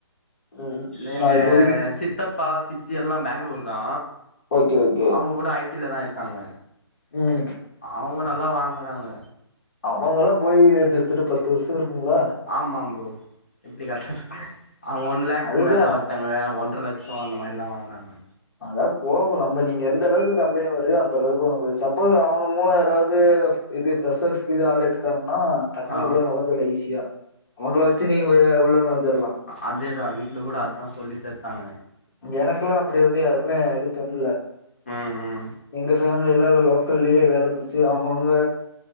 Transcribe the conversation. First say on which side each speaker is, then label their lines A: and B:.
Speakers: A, on the left; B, on the left.
A: ம்
B: இல்ல
A: நா
B: எங்க
A: இப்போதைக்கு
B: சித்தப் பா சித்தி எல்லா பேங்ளூர் தா
A: ஓகே ஓகே
B: அவுங்க கூட ஐ டி ல தா இருக்காங்க
A: ம்
B: அவுங்க நல்லா வாங்கறாங்க
A: அவுங்கல்லா போயி ஏத் எத்துட்டு பத்து வர்ஷோ இருக்குங்ளா
B: ஆமா ப்ரோ எப்டி கரெட்டா ஸ் அவுங்க ஒன் லேக்க்கு
A: அதுதா
B: மேல ஒருத்தங்க ஒன்ற லட் சோ அந்த மாரில்லா வாங்கறாங்க
A: அதா போவு நம்ம நீங்க எந்தளவுக்கு கம்பெனி வருது அந்தளவுக்கு உங்களுக் சப்போஸ் அவங்க மூலோ யாராவ்து இது ஃப்ரெஷ்ஷர்ஸ்கீது ஆள் எடுத்தாங்ன்னா டக்குன்னு
B: ஆ
A: உள்ள நொழஞ்சர்ல்லா ஈஸியா அவங்கள வச்சு நீ ஒரு உள்ள நொழஞ்சர்லா
B: அதே தா வீட்ல கூட அதா சொல்லி சேத்தாங்க
A: எனக்குல்லா அப்பிடி வந்து யாருமே இது பண்ல
B: ம்
A: எங்க ஃபேமிலி எல்லால்ல லோக்கல்லே வேல புடிச்சு அவ்ங்கவ்ங்க